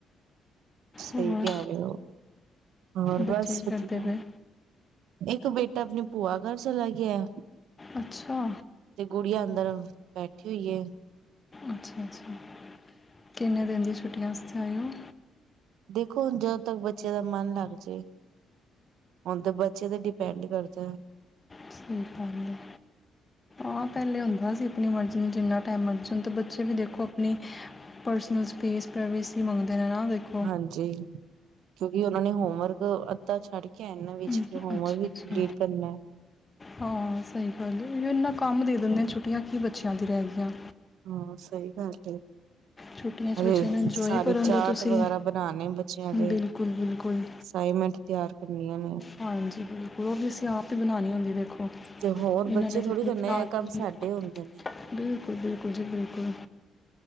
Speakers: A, on the right; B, on the left.
A: ਸਹੀ
B: ਹੋਰ
A: ਕਹਿ ਰਹੇ ਹੋ, ਹੋਰ
B: ਬੱਚੇ
A: ਬਸ
B: ਕੀ ਕਰਦੇ
A: ਵਧੀਆ।
B: ਪਏ
A: ਇੱਕ ਬੇਟਾ ਆਪਣੀ ਭੂਆ ਘਰ ਚਲਾ ਗਿਆ।
B: ਅੱਛਾ।
A: ਤੇ ਗੁਡੀਆ ਅੰਦਰ ਬੈਠੇ ਹੋਈਏ।
B: ਅੱਛਾ-ਅੱਛਾ। ਕਿੰਨੇ ਦਿਨ ਦੀਆਂ ਛੁੱਟੀਆਂ ਵਸਤੇ ਆਇਓ।
A: ਦੇਖੋ, ਹੁਣ ਜਦੋਂ ਤੱਕ ਬੱਚੇ ਦਾ ਮਨ ਲੱਗ ਜਾਏ, ਹੁਣ ਤਾਂ ਬੱਚੇ ਤੇ ਡੀ- ਪੈਂਡ ਕਰਦਾ।
B: ਸਹੀ ਗੱਲ ਆ, ਹਾਂ ਪਹਿਲੇ ਹੁੰਦਾ ਸੀ ਆਪਣੀ ਮਰਜ਼ੀ ਨੂੰ ਜਿੰਨਾ ਟਾਈਮ ਮਰਜੀ ਹੁਣ ਤਾਂ ਬੱਚੇ ਵੀ ਦੇਖੋ ਆਪਣੀ ਪਰਸਨਲ ਸਪੇਸ ਪ੍ਰਾਈਵੇਸੀ ਮੰਗਦੇ ਨੇ ਨਾ ਦੇਖੋ।
A: ਹਾਂਜੀ, ਕਿਉਂਕਿ ਉਹਨਾਂ ਨੇ ਹੋਮਵਰਕ ਅੱਧਾ ਛੱਡ ਕੇ ਆਏ ਨਾ ਵਿੱਚ
B: ਹਮ,
A: ਫਿਰ ਹੋਮਵਰਕ
B: ਅੱਛਾ
A: ਵੀ
B: ਅੱਛਾ
A: ਕੰਪਲੀਟ ਕਰਨਾ।
B: ਹਾਂ, ਸਹੀ ਗੱਲ ਉ ਇੰਨਾ ਕੰਮ ਦੇ ਦਿੰਦੇ ਛੁੱਟੀਆਂ ਕੀ ਬੱਚਿਆਂ ਦੀ ਰਹਿ ਗਈਆਂ।
A: ਹਾਂ, ਸਹੀ ਗੱਲ ਏ।
B: ਛੁੱਟੀਆਂ 'ਚ
A: ਹਜੇ
B: ਬੱਚਿਆਂ ਨੂੰ ਇੰਜੋਏ
A: ਸਾਰੇ
B: ਕਰਨ
A: ਚਾਟ
B: ਦਿਉ ਤੁਸੀਂ
A: ਵਗੈਰਾ ਬਣਾਣੇ ਬੱਚਿਆਂ ਦੇ।
B: ਬਿਲਕੁਲ ਬਿਲਕੁਲ
A: ਸਾਇਨ ਮੈਂਟ ਤਿਆਰ ਕਰਨੀਆ ਨੇ।
B: ਹਾਂਜੀ, ਬਿਲਕੁਲ ਉਹ ਵੀ ਅਸੀਂ ਆਪ ਹੀ ਬਣਾਣੀ ਹੁੰਦੀ ਦੇਖੋ।
A: ਤੇ ਹੋਰ
B: ਇਹਨਾਂ
A: ਬੱਚੇ
B: ਨੇ ਚਟਨੀ
A: ਥੋੜੀ ਕਰਨਾ
B: ਬਣਾਉਣੀ
A: ਐ ਕੰਮ
B: ਬਿਲਕੁਲ
A: ਸਾਡੇ ਹੁੰਦੇ ਨੇ।
B: ਬਿਲਕੁਲ ਬਿਲਕੁਲ ਜੀ ਬਿਲਕੁਲ।